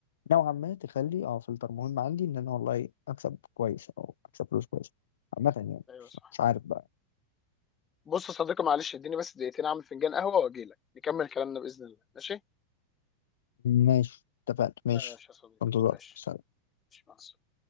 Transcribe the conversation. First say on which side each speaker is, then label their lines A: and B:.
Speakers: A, on the left; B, on the left.
A: نوعا ما تخلي اه فلتر مهم عندي ان انا والله اكسب كويس او اكسب فلوس كويس عامه يعني
B: ايوه
A: مش
B: صح
A: مش عارف بقى
B: بص يا صديقي معلش اديني بس دقيقتين اعمل فنجان قهوه واجي لك نكمل كلامنا باذن الله ماشي
A: ماشي اتفقنا ماشي
B: ماشي يا صديقي
A: انتظار
B: ماشي
A: سلام
B: ماشي مع السلامه